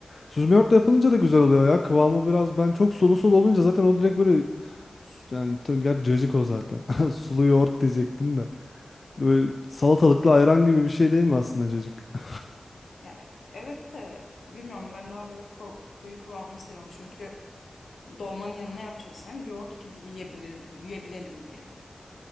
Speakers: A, on the left; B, on the left.
A: Süzme yoğurtla yapılınca da güzel oluyor ya. Kıvamı biraz ben çok sulu sulu olunca zaten o direkt böyle su- yani tabii gerçi cacık o zaten. <laughs> Sulu yoğurt diyecektim de. Böyle salatalıklı ayran gibi bir şey değil mi aslında cacık? <laughs>
B: Ya, evet de bilmiyorum ben daha böyle ko- koyu kıvamı seviyorum. Çünkü dolmanın yanına yapacağız hem yoğurt gibi yiyebilir, yiyebilelim diye.